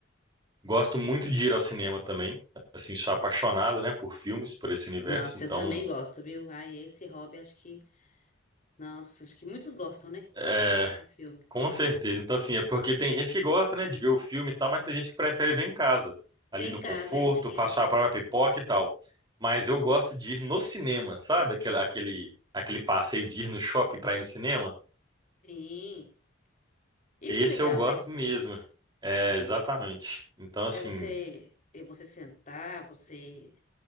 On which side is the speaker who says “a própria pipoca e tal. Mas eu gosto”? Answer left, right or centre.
Right